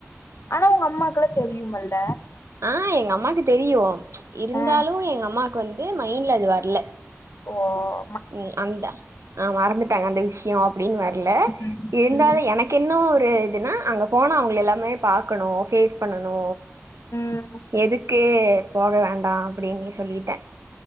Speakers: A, on the left; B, on the right.
A: ஆனா உங்க அம்மாக்குலாம் தெரியுமல்ல.
B: ஆஹ் எங்க அம்மாக்கு தெரியு இருந்தாலு
A: ஆ
B: எங்கம்மா கு வந்து மைண்ட்ல அது வரல
A: ஓஹ்
B: உம் அந்தா ஆஹ் மறந்து தகந்த விஷ்யோ அப்டின்னு வர்ல
A: ம்
B: இருந்தாலு
A: ம்
B: எனக்கு இன்னு ஒரு நா அங்க போனா அவங்கள எல்லாமே பாக்கணு பேஸ் பண்ணணு
A: ம்
B: எதுக்கு அப்டியே போக வேண்டா அப்படின்னே சொல்லிட்ட